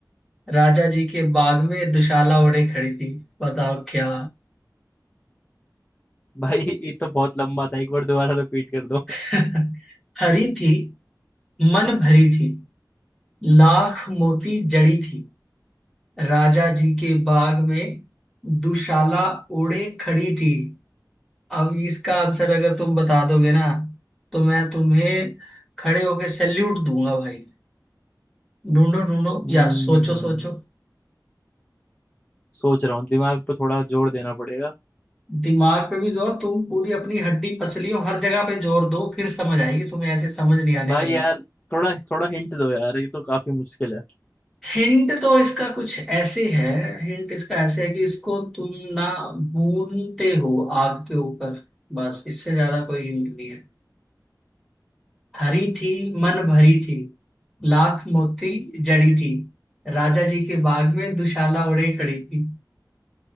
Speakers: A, in the centre; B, on the left.
A: राजा जी के बाग में दुशाला ओढ़े खड़ी थी बताओ क्या
B: भाई ये तो बहुत लंबा था एक बार दोबारा रिपीट कर दो
A: <laughs> हरी थी मन भरी थी लाख मोती जड़ी थी राजा जी के बाग में दुशाला ओढ़े खड़ी थी अब इसका आंसर अगर तुम बता दोगे ना तो मैं तुम्हें खड़े होके सैल्यूट दूंगा भाई ढूंढो ढूंढो
B: हम्म
A: या सोचो सोचो
B: सोच रहा हूँ दिमाग पे थोड़ा जोर देना पड़ेगा
A: दिमाग पे भी जोर तुम पूरी अपनी हड्डी पसलियों हर जगह पे जोर दो फिर समझ आएगी तुम्हें ऐसे समझ नहीं आने
B: भाई
A: वाली
B: यार थोड़ा थोड़ा हिंट दो यार ये तो काफी मुश्किल है
A: हिंट तो इसका कुछ ऐसे है हिंट इसका ऐसे है कि इसको तुम ना भूनते हो आग के ऊपर बस इससे ज्यादा कोई हिंट नहीं है हरी थी मन भरी थी लाख मोती जड़ी थी राजा जी के बाग में दुशाला ओढ़े खड़ी थी